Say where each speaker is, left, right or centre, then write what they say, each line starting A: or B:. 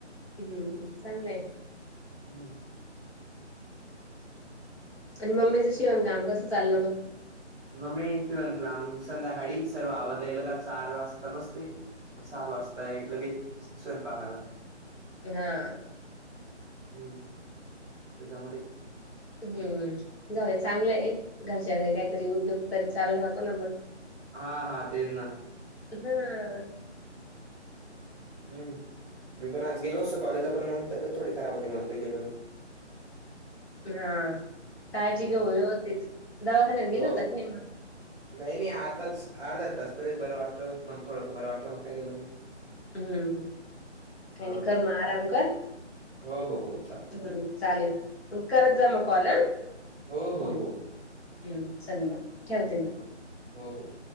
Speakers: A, on the left; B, in the centre.
A: हम्म चांगलंय.
B: हम्म
A: आणि मम्मीचं शिवण काम कसं चाललं मग.
B: मग् मम्मी शिवनकाम संध्याकाळी सर्व आवरलं गेलं का चार वाजता बसते. मग सात वाजताय लगेच स्वयंपाकाला.
A: हा
B: हम् त्यांच्यामुळे,
A: हम्म जाऊदे चांगलं आहे, घरच्या घरी काहीतरी उद्योग पण चालू राहतो ना मग.
B: हा हा तेच ना
A: हा
B: हम्म मी पण आज गेलो असतो कॉलेजला, पण मग तब्ययेत थोडी खराब होती म्हणून काही गेलो नाही.
A: हा काळजी
B: हा
A: घे व्यवस्थित दवाखान्यां गेला
B: हो
A: होता की नाही
B: नाही नाही आताच अर्धा तास पहिलेच बरं वाटत मग थोडंस बरं वाटलं मग काय गेलो नाही.
A: हम्म, कानी
B: हां.
A: कर मग आराम कर.
B: हो, हो, हो. चालेल.
A: हम्म, चालेल. करत
B: हो.
A: जा मग कॉल हं
B: हो, हो,
A: हम्.
B: हो.
A: हम्म, चल मग ठेवती मी.
B: होहो, हो.